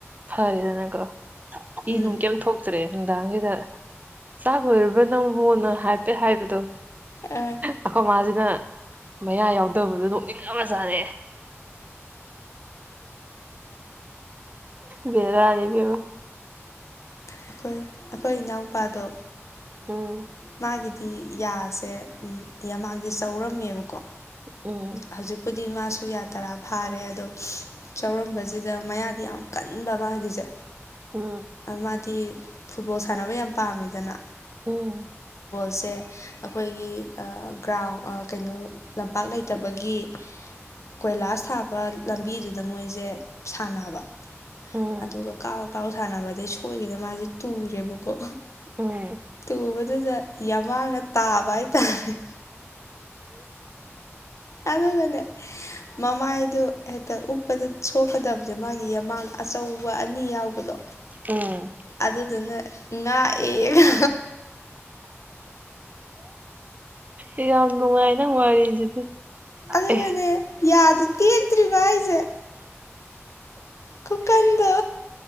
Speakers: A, on the right; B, on the left.
A: ꯐꯔꯦꯗꯅꯀꯣ ꯏ
B: ꯎꯝ
A: ꯅꯨꯡ ꯀꯩꯝ ꯊꯣꯛꯇ꯭ꯔꯦ ꯅꯨꯡꯗꯥꯡꯖꯤꯗ ꯆꯥꯛ ꯂꯣꯏꯔꯕ꯭ꯔꯥ ꯅꯪꯕꯣꯅ ꯍꯥꯏꯐꯦꯠ ꯍꯥꯏꯕꯗꯣ
B: ꯑ,
A: ꯑꯩꯈꯣꯏ ꯃꯥꯁꯤꯅ ꯃꯌꯥ ꯌꯥꯎꯗꯕꯗꯣ ꯅꯣꯛꯅꯤꯡ ꯉꯕꯥ ꯖꯠꯅꯤ ꯕꯦꯔꯥ ꯅꯤ ꯕꯦꯝꯃ
B: ꯑꯩꯈꯣꯏ ꯑꯩꯈꯣꯏ ꯏꯅꯥꯎꯄꯥꯗꯣ
A: ꯎꯝ
B: ꯃꯥꯒꯤꯗꯤ ꯌꯥꯁꯦ ꯌꯥꯝꯃꯥꯡꯁꯦ ꯆꯥꯎꯧꯔꯝꯃꯦꯕꯀꯣ
A: ꯎꯝ
B: ꯍꯧꯖꯤꯛꯄꯨꯗꯤ ꯃꯥꯁꯨ ꯌꯥ ꯇꯔꯥ ꯐꯥꯔꯦ ꯑꯗꯣ ꯆꯧꯔꯝꯕꯁꯤꯗ ꯃꯌꯥꯗꯤ ꯌꯥꯝ ꯀꯟꯕ ꯃꯥꯒꯤꯁꯦ
A: ꯎꯝ
B: ꯃꯥꯗꯤ ꯐꯨꯠꯕꯣꯜ ꯁꯥꯟꯅꯕ ꯌꯥꯝ ꯄꯥꯝꯃꯤꯗꯅ
A: ꯎꯝ
B: ꯁꯦ ꯑꯩꯈꯣꯏꯒꯤ ꯑꯥ ꯒ꯭ꯔꯥꯎꯟ ꯑꯥ ꯀꯩꯅꯣ ꯂꯝꯄꯥꯛ ꯂꯩꯇꯕꯒꯤ ꯀꯣꯏꯂꯥꯁ ꯊꯥꯕ ꯂꯝꯕꯤꯗꯨ ꯑꯗꯨꯗ ꯃꯣꯏꯁꯦ ꯁꯥꯟꯅꯕ
A: ꯎꯝ
B: ꯑꯗꯨꯒ ꯀꯥꯎꯔ ꯀꯥꯎ ꯁꯥꯟꯅꯕꯗꯩ ꯁꯣꯏꯈꯤꯗ ꯃꯥꯁꯦ ꯇꯨꯔꯦꯕꯀꯣ
A: ꯎꯝ
B: ꯇꯨꯕꯗꯨꯗ ꯌꯥ ꯃꯥꯡꯅ ꯇꯥꯕ ꯍꯥꯏꯇꯥꯔꯦ ꯑꯗꯨꯒꯅꯦ ꯃꯃꯥꯏꯗꯣ ꯍꯦꯛꯇ ꯎꯞꯄꯗ ꯁꯣꯛꯀꯗꯕꯗ ꯃꯥꯒꯤ ꯌꯃꯥꯡ ꯑꯆꯧꯕ ꯑꯅꯤ ꯌꯥꯎꯕꯗꯣ
A: ꯎꯝ
B: ꯑꯗꯨꯗꯨꯅ ꯉꯥꯛꯑꯦꯒ
A: ꯑꯦ ꯌꯥꯝ ꯅꯨꯡꯉꯥꯏ ꯅꯪ ꯋꯥꯔꯤꯁꯤꯗꯤ
B: ꯑꯗꯨꯒꯅꯦ
A: ꯑꯦ
B: ꯌꯥꯗꯨ ꯇꯦꯛꯇ꯭ꯔꯤꯕ ꯍꯥꯏꯁꯦ ꯈꯨꯀꯟꯗꯣ